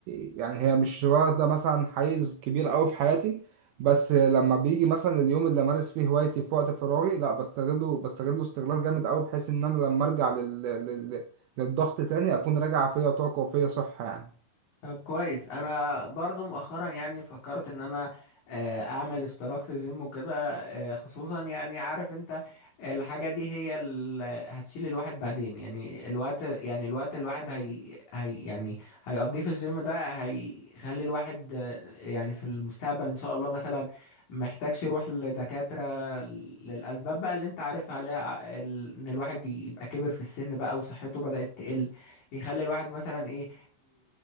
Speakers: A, on the right (about 85°); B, on the left (about 55°).
A: يعني هي مش واخدة مثلا حيز كبير أوي في حياتي بس لما بيجي مثلا اليوم اللي أمارس فيه هوايتي في وقت فراغي لا بستغله بستغله استغلال جامد أوي بحيث إن أنا لما أرجع لل... لل... للضغط تاني أكون راجع فيا طاقة وفيا صحة يعني
B: طب كويس انا برضو مؤخرا يعني فكرت ان انا آه، اعمل اشتراك في جيم وكده آه، خصوصا يعني عارف انت آه، الحاجة دي هي اللي هتشيل الواحد بعدين يعني الوقت يعني الوقت الواحد هي, هي يعني هيقضيه في الجيم ده هيخلي الواحد آه، يعني في المستقبل ان شاء الله مثلا محتاجش يروح لدكاترة للأسباب بقى اللي انت عارفها لا ال- ان الواحد يبقى كبر في السن بقى وصحته بدأت تقل يخلي الواحد مثلا ايه